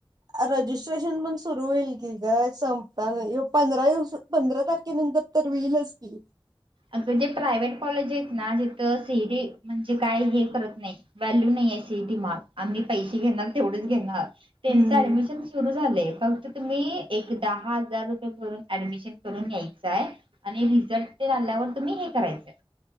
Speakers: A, on the right; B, on the right.
A: रजिस्ट्रेशन पण सुरू होईल. इजा संपता नाही पंधरा दिवस पंधरा तारखेनंतर तर विईलच की.
B: अग जे प्रायव्हेट कॉलेज आहेत ना जिथं सीईटी म्हणजे काय हे करत नाही व्हॅल्यू नाही सीईटी मार् आम्ही पैसे घेणार तेवढेच घेणार
A: हम्म
B: त्यांच ऍडमिशन सुरू झालंय फक्त तुम्ही एक दहा हजार रुपये भरून ऍडमिशन करून यायचाय आणि रिझल्ट ते आल्यावर तुम्ही हे करायचंय